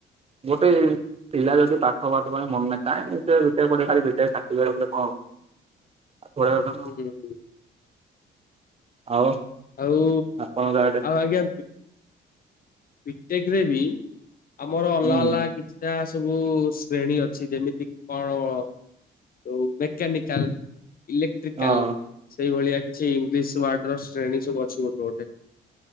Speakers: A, on the right; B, on the left.
A: ଗୋଟେ ପିଲା
B: ହୁଁ
A: ଯଦି ପା ଠ ପାଠ ମନେ କାଇଁ ଭିତରେ କୋ ଖା ଭଟରେ ସା ରଖିଲେ କଣ ହବ। <inaudible> ପଢେଇବା କଥା ନା
B: ହୁଁ ହୁଁ
A: ଆଉ ଆଉ।
B: ଆଉ
A: ଆପଣଙ୍କ ଆଡ଼େ
B: ଆଉ ଆଜ୍ଞା ବିଟେକରେ ବି। ଆମର ଅଲଗା
A: ହୁଁ
B: ଅଲଗା କିଛିଟା ସବୁ ଶ୍ରେଣୀ ଅଛି ଯେମିତି କି କଣ। ଯଉ ମେକାନିକାଲ ଇଲେକ୍ଟ୍ରିକାଲ
A: ହଁ
B: ସେଇଭଳିଆ କିଛି ଇଂଲିଶ ୱାର୍ଡ ର। ଶ୍ରେଣୀ ସବୁ ଅଛି ଗୋଟେ ଗୋଟେ।